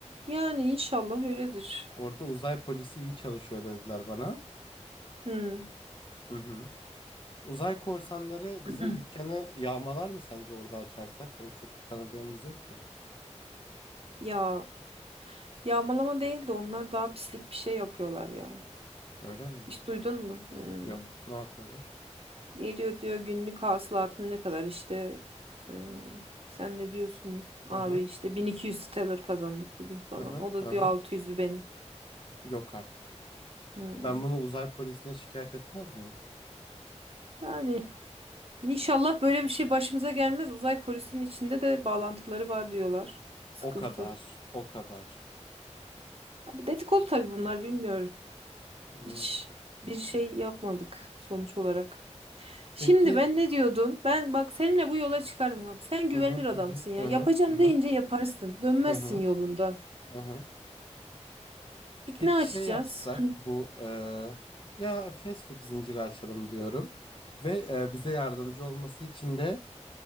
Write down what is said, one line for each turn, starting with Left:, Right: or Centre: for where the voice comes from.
Right: yani inşallah öyledir.
Left: Orada uzay polisi iyi çalışıyor dediler bana.
Right: Hmm.
Left: Hı hı. Uzay korsanları
Right: <clears throat>
Left: bizim dükkanı yağmalar mı sence orada açarsak? Hani çok tanıdığımız yok ya.
Right: Ya Yağmalama değil de onlar daha pislik bir şey yapıyorlar ya.
Left: Öyle mi?
Right: Hiç duydun mu? Hmm.
Left: Yok. Ne yapıyorlar?
Right: Geliyor diyor günlük hasılatın ne kadar işte e, sen de diyorsun abi
Left: Hı hı.
Right: işte 1200 sterler kazandık bugün falan.
Left: Hı hı.
Right: O da
Left: Hı hı.
Right: diyor 600'ü benim.
Left: Yok artık.
Right: Hmm.
Left: Ben bunu uzay polisine şikayet etmez miyim?
Right: Yani inşallah böyle bir şey başımıza gelmez. Uzay polisinin içinde de bağlantıları var diyorlar. Sıkıntı.
Left: O kadar. O kadar.
Right: Abi dedikodu tabii bunlar bilmiyorum.
Left: Hmm.
Right: Hiç bir şey yapmadık sonuç olarak. Şimdi
Left: Peki.
Right: ben ne diyordum? Ben bak seninle bu yola çıkarım abi. Sen güvenilir
Left: Hı hı
Right: adamsın
Left: hı hı
Right: ya.
Left: hı
Right: Yapacağım
Left: hı. hı hı.
Right: deyince yaparsın. Dönmezsin
Left: Hı hı,
Right: yolundan.
Left: hı hı.
Right: Peki
Left: Peki
Right: ne açacağız?
Left: şey yapsak bu eee, ya fast food zinciri açalım diyorum ve eee, bize yardımcı olması için de